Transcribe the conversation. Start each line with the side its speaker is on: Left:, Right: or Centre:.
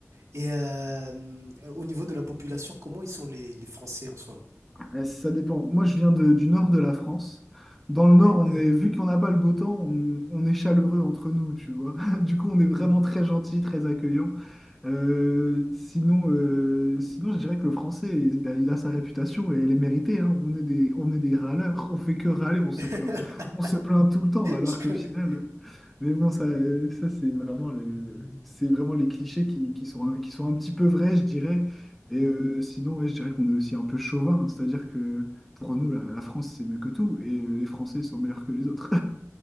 Right: Et euh, hum, au niveau de la population, comment ils sont les, les Français en soi?
Centre: Eh, Ça dépend. Moi, je viens de- du nord de la France. Dans le nord, on
Right: Mhm.
Centre: est, vu qu'on n'a pas le beau temps, on, on est chaleureux entre nous, tu vois. <laughs> Du coup, on est vraiment
Right: Mhm.
Centre: très gentil, très accueillant. Euh, sinon, euh, sinon, je dirais que le français, il a, il a sa réputation et elle est méritée, hein. On est des, on est des râleurs, <laughs> on fait que râler, on se
Right: <laughs>
Centre: plaint. On se plaint tout le temps, alors
Right: Je connais.
Centre: qu'au final... euh, Mais bon, ça, euh, ça c'est vraiment les, c'est vraiment les clichés qui, qui sont, un- qui sont un petit peu vrais, je dirais. Et
Right: Mhm.
Centre: euh, sinon, ouais, je dirais qu'on est aussi un peu chauvin, c'est-à-dire que pour nous, la, la France, c'est mieux que tout, et euh, les Français sont meilleurs que les autres.